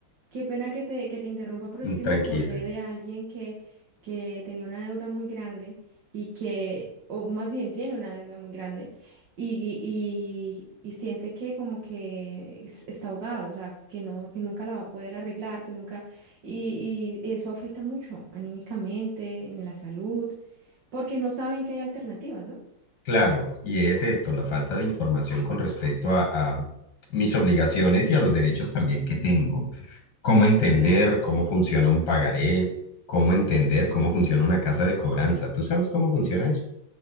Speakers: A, on the right; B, on the left.
A: qué pena que te, que te interrumpa, pero
B: mm,
A: es que
B: tranquila.
A: me acordé de alguien que, que tenía una deuda muy grande y que, o más bien tiene una deuda muy grande y, y, y siente que como que es- está ahogado, o sea, que no, que nunca la va a poder arreglar, que nunca, y, y eso afecta mucho anímicamente, en la salud, porque no saben que hay alternativas, ¿no?
B: Claro, y es esto, la falta de información con respecto a, a mis obligaciones y a los derechos también que tengo. cómo entender
A: Claro.
B: cómo funciona un pagaré, cómo entender cómo funciona una casa de cobranza. ¿Tú sabes cómo funciona eso?